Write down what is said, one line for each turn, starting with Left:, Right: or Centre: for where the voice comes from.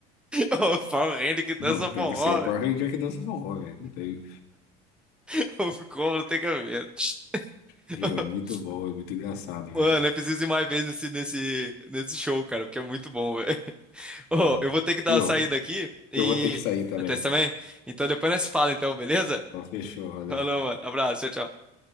Centre: O Power Ranger que dança
Left: Não, tem
Centre: forró,
Left: que ser o Power
Centre: velho.
Left: Ranger que dança forró, velho. Não tem.
Centre: <laughs> Ficou, não tem cabimento. <laughs>
Left: Juro, é muito bom, é muito engraçado, velho.
Centre: Mano, eu preciso ir mais vezes nesse, nesse, nesse show, cara, porque é muito bom, velho. <laughs>
Left: Vamos.
Centre: Ô, eu vou ter que dar
Left: Viu?
Centre: uma saída aqui e.
Left: Eu vou ter que sair também.
Centre: Até você também? Então depois nós se fala, então, beleza?
Left: Então, fechou, valeu.
Centre: Falou, mano. Abraço, tchau, tchau.